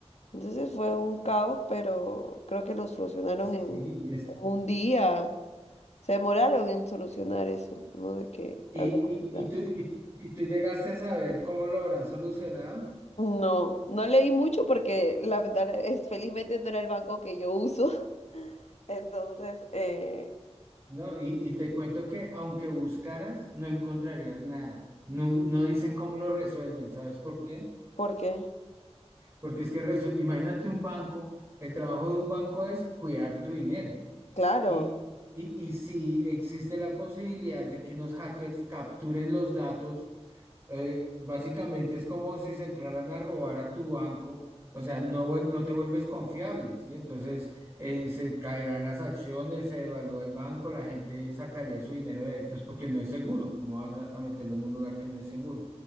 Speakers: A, on the left (about 80°); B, on the right (about 25°).
A: Entonces fue un caos, pero creo que lo solucionaron
B: Sí,
A: en
B: y, es-
A: en un día. Se demoraron en solucionar eso, ¿no? De que
B: y,
A: había verdad.
B: y- y tú, y y tú llegaste a saber cómo lo habrán solucionado.
A: No, no leí mucho porque lamentable es, felizmente no era el banco que yo uso. <laughs> Entonces, eh,
B: No, y, y te cuento que aunque buscaras, no encontrarías nada. No, no dicen cómo lo resuelven, ¿sabes por qué?
A: ¿por qué?
B: Porque es que resuel- imagínate un banco, el trabajo de un banco es cuidar tu dinero.
A: Claro.
B: Y, y, y si existe la posibilidad de que unos hackers capturen los datos eh, básicamente es como si se entraran a robar a tu banco, o sea, no, vuel- no te vuelves confiable, ¿sí? Entonces eh, se caerán las acciones, se devalúa el banco, la gente sacaría su dinero de ahí, pues porque no es seguro, ¿cómo vas a, a meterlo en un lugar que no es seguro?